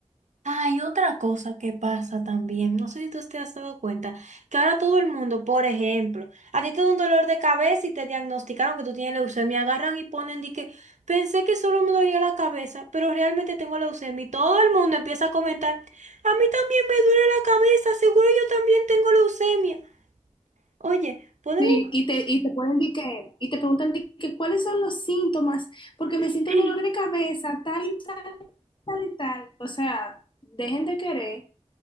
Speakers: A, on the right (about 75°); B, on the left (about 40°).
A: Hay otra cosa que pasa también, no sé si tú te has dado cuenta, que ahora todo el mundo, por ejemplo, a ti te da un dolor de cabeza y te diagnosticaron que tú tienes leucemia, agarran y ponen de que pensé que solo me dolía la cabeza, pero realmente tengo leucemia y todo el mundo empieza a comentar, a mí también me duele la cabeza, seguro yo también tengo leucemia. Oye, ponen
B: Sí,
A: un...
B: y te, y te ponen de que, y te preguntan de que cuáles son los síntomas, porque me
A: <laughs>
B: siento dolor de cabeza, tal y tal, tal y tal. O sea, dejen de querer